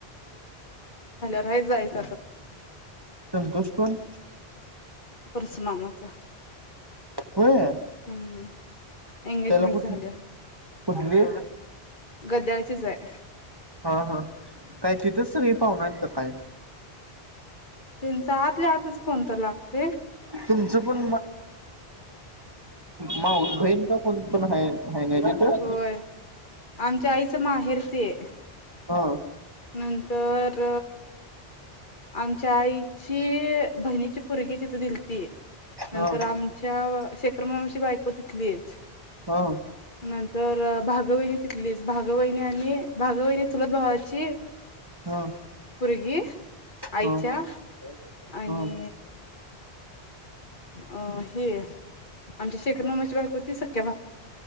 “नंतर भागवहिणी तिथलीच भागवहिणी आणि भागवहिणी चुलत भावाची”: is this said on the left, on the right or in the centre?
Left